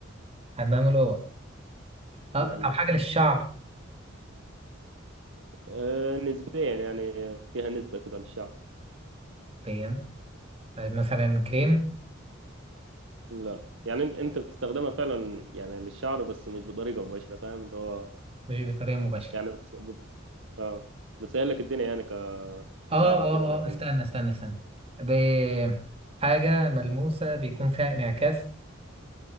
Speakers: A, on the right (about 30°); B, on the right (about 70°).
A: هنعمله هو اه
B: م-
A: طب حاجة للشعر
B: آه، نسبيا يعني فيها نسبة كده للشعب
A: بين طيب مثلا كريم
B: لا يعني انت انت بتستخدمها فعلا يعني للشعر بس مش بطريقه مباشره فاهم اللي هو
A: مش بطريقة مباشرة
B: يعني بتس... بت... اه بتسهل لك الدنيا يعني ك... كشعر
A: اه اه
B: وكده لكن
A: اه استنى استنى استنى ب... حاجة ملموسة بيكون فيها انعكاس